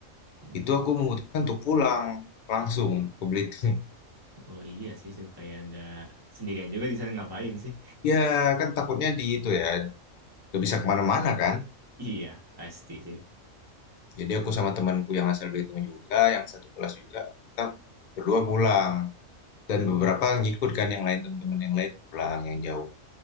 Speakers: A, on the right (about 20°); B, on the left (about 80°).
A: Hmm.
B: itu aku memutuskan untuk pulang langsung ke Belitung. <laughs>
A: Oh iya sih supaya nggak sendirian juga di sana ngapain sih?
B: Ya, kan takutnya di itu ya, gak bisa kemana-mana kan.
A: Iya pasti sih.
B: Jadi aku sama temanku yang asal Belitung juga, yang satu kelas juga, kita berdua pulang. Dan
A: Oh,
B: beberapa ngikut kan yang lain, teman-teman yang lain pulang yang jauh.